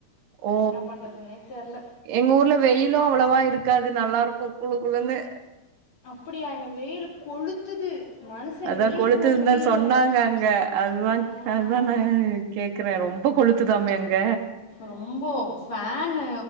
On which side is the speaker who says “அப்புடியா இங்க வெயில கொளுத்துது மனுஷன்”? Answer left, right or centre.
Left